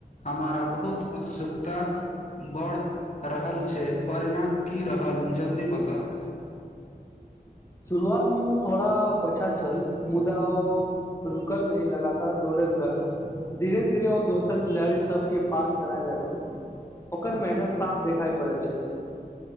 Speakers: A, on the left; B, on the left.
A: हमारा बहुत उत्सुकता बढ़ रहल छै परिणाम की रहल जल्दी बताउ
B: शुरुआत मे ओ थोड़ा पछा छल मुदा ओ रुकल नहि लगातार दोड़ैत रहल धीरे धीरे ओ दोसर खिलाड़ी सबके पार करय लगल ओकर मेहनत साफ देखाई पड़ैत छल